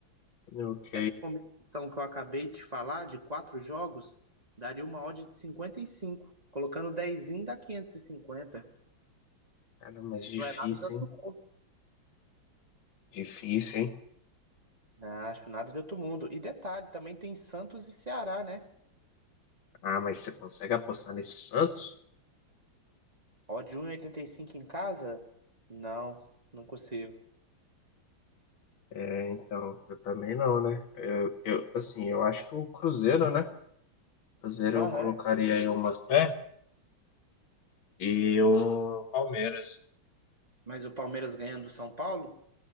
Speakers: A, on the left; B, on the right.
A: Ok.
B: Essa combinação que eu acabei de falar de quatro jogos daria uma odd de 55, colocando 10 dá 550. E cinquenta.
A: Cara, mas
B: E
A: difícil,
B: não é nada de outro
A: hein?
B: mundo.
A: Difícil, hein?
B: Não, acho nada de outro mundo. E detalhe, também tem Santos e Ceará, né?
A: Ah, mas você consegue apostar nesse Santos?
B: Ó, de um e oitenta e cinco em casa? Não, não consigo.
A: É, então, eu também não, né? Eu, eu, assim, eu acho que o Cruzeiro, né? Cruzeiro
B: Aham.
A: eu colocaria aí uma fé e o Palmeiras
B: Mas o Palmeiras ganhando do São Paulo?